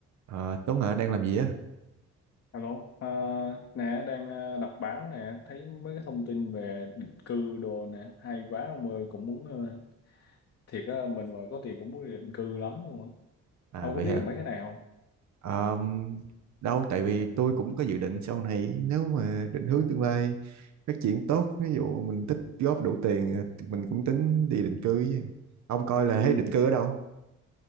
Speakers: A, on the right (about 65°); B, on the left (about 55°).
A: Ờ, Tuấn hả đang làm gì á?
B: Alo, à, nè đang à, đọc báo nè, thấy mấy cái thông tin về định cư đồ nè, hay quá ông ơi, cũng muốn ờ, thiệt á, mình mà có tiền cũng muốn đi định cư lắm luôn á.
A: À
B: Ông
A: vậy
B: có biết
A: hả?
B: là mấy cái này không?
A: Ờm, đâu tại vì tôi cũng có dự định sau này nếu mà định hướng tương lai phát triển tốt, ví dụ mình tích góp đủ tiền ờ, thì mình cũng tính đi định cư với. Ông coi là
B: Đi
A: thấy định cư ở đâu?